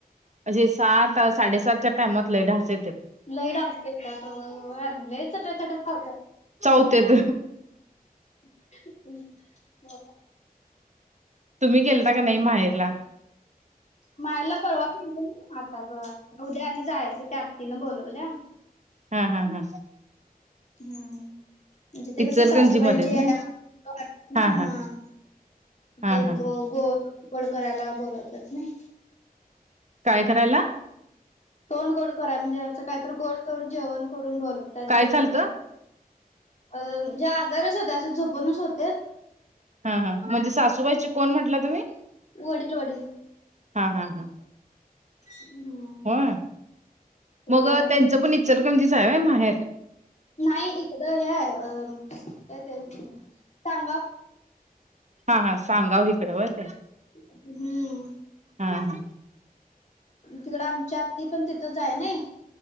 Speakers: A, on the right; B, on the left.
A: म्हणजे सात साडेसातच्या टाइमात लय ढास येत्यात.
B: लई ढास येतात हो, होय आणि लय चटा चटा चावत्यात.
A: चावत्यात
B: <unintelligible>
A: तुम्ही गेलता का नाही माहेरला?
B: माहेरला परवा गेली ना. आता ब उद्या आणि जायचं त्या आत्तींन बोलवल्या.
A: हा हा हा.
B: हम म्हणजे ते
A: इचलकरंजी
B: कसं सासूबाईंचे
A: मध्येच
B: <inaudible>
A: ना
B: हं.
A: हा हा हा
B: ते
A: हा
B: गो गोड करायला बोलवत्यात नही.
A: काय करायला?
B: तोंड गोड करायं, म्हणजे असं काही तर गोड धोड जेवण करून बोलवत्यात
A: काय
B: जेवायला.
A: चालतं
B: अ म्हणजे आजारच होते, असं झोपूनच होते.
A: हं हं म्हणजे सासूबाईची कोण म्हटला तुम्ही?
B: वडील वडील.
A: हा हा हा.
B: हम्म.
A: होय.
B: होय
A: मग त्यांचं पण इचलकरंजीच आहे व्हय माहेर.
B: नाही इकडं हे हाय काय ते सानगाव.
A: हा हा सांगाव इकडं व्हय ते
B: हम्म
A: हा हा.
B: थोडं आमची आत्ती पण तिथंच आहे नानही.